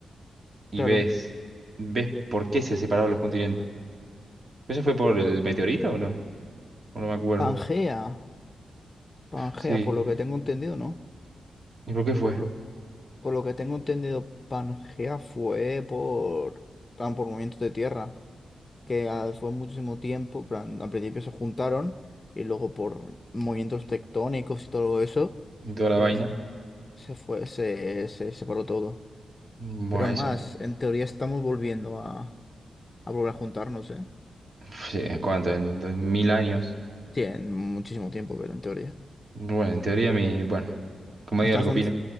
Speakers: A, on the right; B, on the left.
A: y
B: Claro.
A: ves, ves por qué se separaron los continentes. ¿Eso fue por el meteorito o no? O no me acuerdo.
B: Pangea, Pangea,
A: Sí.
B: por lo que tengo entendido, ¿no?
A: ¿Y por qué fue?
B: Por lo, por lo que tengo entendido, Pangea fue por, plan, por movimientos de tierra, que ah, fue muchísimo tiempo, plan, al principio se juntaron y luego por movimientos tectónicos y todo eso,
A: Y toda la
B: eh,
A: vaina.
B: se, se fue, se, se separó todo.
A: Bueno,
B: Pero
A: eso,
B: más, en teoría estamos volviendo a, a volver a juntarnos, ¿eh?
A: <laughs> sí, ¿en cuánto? En dos mil años.
B: Sí, en muchísimo tiempo, pero en teoría.
A: Bueno, en teoría mi, bueno, como diga
B: Está
A: lo
B: avanzando,
A: que opino.